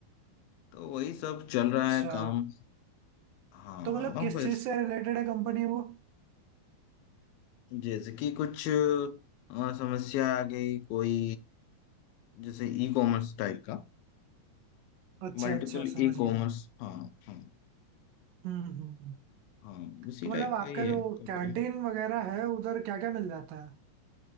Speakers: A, on the left; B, on the right.
A: तो वही सब चल रहा
B: अच्छा
A: है काम हाँ
B: तो मतलब
A: हाँ,
B: किस
A: बस
B: चीज से रिलेटेड है कंपनी वो
A: जैसे कि कुछ अ, समस्या आ गई कोई जैसे ई कॉमर्स टाइप का
B: अच्छा
A: मल्टीपल
B: अच्छा समझ
A: ई
B: गया
A: कॉमर्स हाँ हाँ
B: हम्म हम्म हम्म।
A: हाँ उसी
B: तो मतलब
A: टाइप
B: आपका
A: का ही
B: जो
A: है कंपनी
B: कैंटीन वगैरह है उधर क्या क्या मिल जाता है